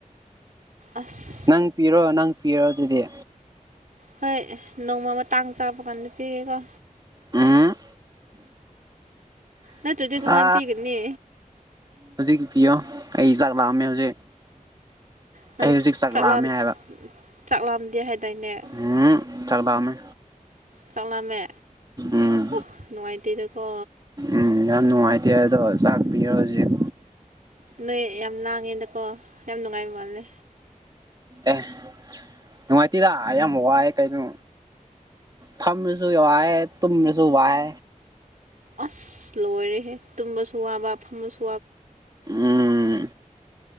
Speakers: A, on the right (about 70°); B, on the right (about 30°).
A: ꯑꯁ
B: ꯅꯪ ꯄꯤꯔꯣ ꯅꯪ ꯄꯤꯔꯣ ꯑꯗꯨꯗꯤ
A: ꯍꯣꯏ ꯅꯣꯡꯃꯃ ꯇꯥꯡ ꯆꯥꯕ ꯀꯥꯟꯗ ꯄꯤꯒꯦꯀꯣ
B: ꯑ
A: ꯅꯠꯇ꯭ꯔꯗꯤ ꯀꯃꯥꯏꯅ
B: ꯑ
A: ꯄꯤꯒꯅꯤ
B: ꯍꯧꯖꯤꯛ ꯄꯤꯌꯣ ꯑꯩ ꯆꯥꯛ ꯂꯥꯛꯑꯝꯃꯦ ꯍꯧꯖꯤꯛ
A: ꯅꯪ
B: ꯑꯩ ꯍꯧꯖꯤꯛ ꯆꯥꯛꯂꯥꯛꯑꯝꯃꯦ
A: ꯆꯥꯛꯂꯥꯝ
B: ꯍꯥꯏꯕ
A: ꯆꯥꯛꯂꯥꯝꯗꯦ ꯍꯥꯏꯗꯥꯏꯅꯦ
B: ꯎꯝ ꯆꯥꯛꯂꯥꯛꯑꯝꯃꯦ
A: ꯆꯠꯂꯝꯃꯦ
B: ꯎꯝ
A: ꯑꯣ ꯅꯨꯡꯉꯥꯏꯇꯦꯗꯀꯣ
B: ꯎꯝ ꯌꯥꯝ ꯅꯨꯡꯉꯥꯏꯇꯦ ꯑꯗꯣ ꯆꯥꯛ ꯄꯤꯔꯣꯖꯤꯛ
A: ꯅꯣꯏ ꯌꯥꯝ ꯂꯥꯡꯉꯦꯗꯀꯣ ꯌꯥꯝ ꯅꯨꯡꯉꯥꯏꯕ ꯃꯥꯜꯂꯦ
B: ꯑꯦ ꯅꯨꯡꯉꯥꯏꯇꯔ ꯌꯥꯝ ꯋꯥꯏꯦ ꯀꯩꯅꯣ ꯐꯝꯃꯁꯨ ꯋꯥꯏꯦ ꯇꯨꯝꯃꯁꯨ ꯋꯥꯏ
A: ꯑꯁ ꯂꯣꯏꯔꯦꯍꯦ ꯇꯨꯝꯕꯁꯨ ꯋꯥꯕ ꯐꯪꯕꯁꯨ
B: ꯎꯝ